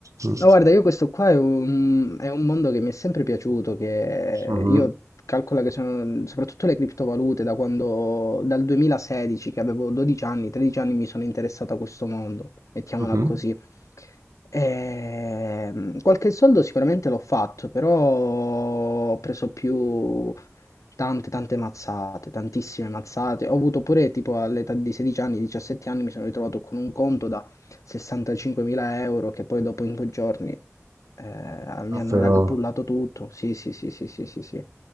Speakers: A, on the right (about 85°); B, on the left (about 85°).
A: Mm.
B: No, guarda, io questo qua è un, è un mondo che mi è sempre piaciuto, che
A: Mhm,
B: io calcolo che sono, soprattutto le criptovalute, da quando, dal 2016, che avevo 12 anni, 13 anni, mi sono interessato a questo mondo, mettiamola
A: mhm.
B: così. Ehm, qualche soldo sicuramente l'ho fatto, però ho preso più tante, tante mazzate, tantissime mazzate. Ho avuto pure tipo all'età di 16 anni, 17 anni, mi sono ritrovato con un conto da 65.000 euro che poi dopo in due giorni eh, mi
A: Ah,
B: hanno
A: però...
B: ragbullato tutto. Sì, sì, sì, sì, sì, sì, sì.